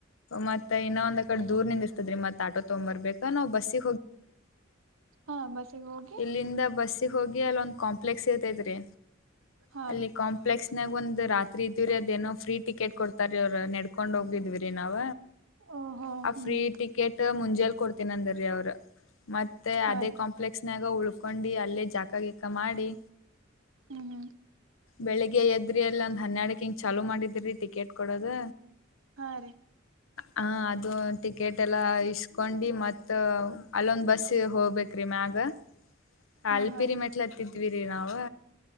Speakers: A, on the left; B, on the right.
A: ಮತ್ತೆ ಇನ್ನೊ ಒಂದ್ ಕಡೆ ದೂರ್ ನಿಂದ ಇಸ್ತದ್ರಿ ಮತ್ತೆ ಆಟೋ ತೊಂಬರ್ಬೇಕ ನವು ಬಸಿ
B: ಹಾ ಬಸ್ಸಿಗೆ ಹೋಗಿ
A: ಇಲ್ಲಿಂದ ಬಸ್ಸಿಗೆ ಹೋಗಿ ಅಲ್ಲೊಂದ್ ಕಾಂಪ್ಲೆಕ್ಸ್ ಇರ್ತೈತ್ರಿ
B: ಹಾ
A: ಅಲ್ಲಿ ಕಾಂಪ್ಲೆಕ್ಸ್ ನಾಗ ಒಂದ್ ರಾತ್ರಿ ಇದೀವರಿ ಅದೇನೋ ಫ್ರೀ ಟಿಕೆಟ್ ಕೊಡ್ತಾರ ಅವರ್ ನಡ್ಕೊಂಡ್ ಹೋಗಿದ್ವಿ ಇ ನಾವ
B: ಓಹೋ
A: ಆ
B: ಹ್ಮ್
A: ಫ್ರೀ ಟಿಕೆಟ್ ಮುಂಜೆಲ್ ಕೊಡ್ತೀನಂದ್ರೀ ಅವ್ರ ಮತ್ತ ಮತ್ತೆ
B: ಹಾ
A: ಅದೇ
B: ರೀ
A: ಕಾಂಪ್ಲೆಕ್ಸ್ನಾಗ ಉಳ್ಕೊಂಡಿ ಅಲ್ಲೇ ಜಾಕಗಿಕ್ಕ ಮಾಡಿ
B: ಹ್ಮ್ ಹ್ಮ್
A: ಬೆಳಿಗ್ಗೆ ಎದ್ರಿ ಎಲ್ಲ ಒಂದ್ ಹನ್ನೆರಡಕ ಹಿಂಗ ಚಾಲುೂ ಮಾಡಿದ್ರಿ ಟಿಕೆಟ್ ಕೊಡೋದ
B: ಹಾ ರೀ
A: ಹ ಅದು ಟಿಕೆಟ್ ಎಲ್ಲಾ ಇಷ್ಟ ಕೊಂಡಿ ಮತ್ತ ಅಲ್ಲೊಂದ್ ಬಸ್ ಹೋಗ್ಬೇಕ ರೀ ಮ್ಯಗ ಕಲ್ಪಿರಿ
B: ಹಾ ಹಾ ರೀ
A: ಮೆಟ್ಲ ಹತ್ತಿದಿದ್ದ ದವೀರ ನಾವು